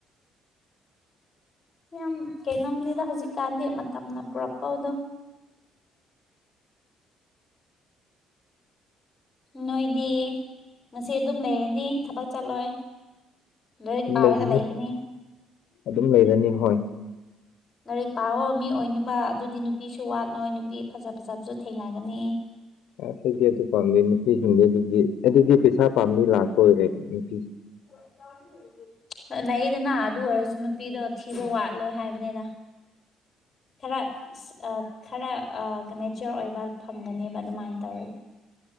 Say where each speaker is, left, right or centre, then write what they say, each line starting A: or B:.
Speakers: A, on the left; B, on the left.
A: ꯌꯥꯝ ꯀꯩꯅꯣꯝꯅꯦꯅ ꯍꯧꯖꯤꯛꯀꯥꯟꯗꯤ ꯃꯇꯝꯅ ꯄꯨꯔꯛꯄꯧꯗꯣ ꯅꯣꯏꯗꯤ ꯉꯁꯤ ꯑꯗꯨꯝ ꯂꯩꯔꯅꯤ ꯊꯕꯛ ꯆꯠꯂꯣꯏ ꯂꯥꯏꯔꯤꯛ
B: ꯑꯗꯨꯝ
A: ꯄꯥꯔꯒ
B: ꯂꯩꯔꯤꯅꯤ,
A: ꯂꯩꯒꯅꯤ
B: ꯑꯗꯨꯝ ꯂꯩꯔꯅꯤ ꯍꯣꯏ꯫
A: ꯂꯥꯏꯔꯤꯛ ꯄꯥꯑꯣ ꯃꯤ ꯑꯣꯏꯅꯕ ꯑꯗꯨꯗꯤ ꯅꯨꯄꯤꯁꯨ ꯋꯥꯠꯂꯣꯏ ꯅꯨꯄꯤ ꯐꯖ ꯐꯖꯕꯁꯨ ꯊꯦꯡꯅꯒꯅꯤ
B: ꯑꯥ ꯁꯤꯗꯤ ꯑꯗꯨ ꯄꯥꯝꯗꯦ ꯅꯨꯄꯤꯁꯤꯡꯗꯣ ꯑꯗꯨꯗꯤ ꯑꯗꯨꯗꯤ ꯄꯩꯁꯥ ꯄꯥꯝꯕꯒꯤ ꯂꯥꯛꯄ ꯑꯣꯏꯔꯦ ꯅꯨꯄꯤ
A: <unintelligible> ꯂꯩꯌꯦꯗꯅ ꯑꯗꯨ ꯑꯣꯏꯔꯁꯨ ꯅꯨꯄꯤꯗꯣ ꯊꯤꯕ ꯋꯥꯠꯂꯣꯏ ꯍꯥꯏꯕꯅꯦꯗꯥ ꯈꯔ ꯑꯁ ꯑꯥ ꯈꯔ ꯑꯥ ꯀꯥ ꯃꯦꯆ꯭ꯌꯣꯔ ꯑꯣꯏꯕ ꯐꯪꯒꯅꯦꯕ ꯑꯗꯨꯃꯥꯏꯟ ꯇꯧꯔ